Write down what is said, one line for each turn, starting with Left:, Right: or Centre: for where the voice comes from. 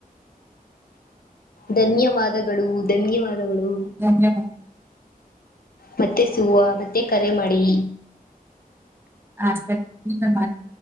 Left: ಧನ್ಯವಾದಗಳು. ಧನ್ಯವಾದಗಳು.
Right: ಹಾಾ <unintelligible>
Left: ಮತ್ತೆ ಸಿಗುವ. ಮತ್ತೆ ಕರೆ ಮಾಡಿ
Right: ಹ ಸರಿ ನಿವೇಮಡಿ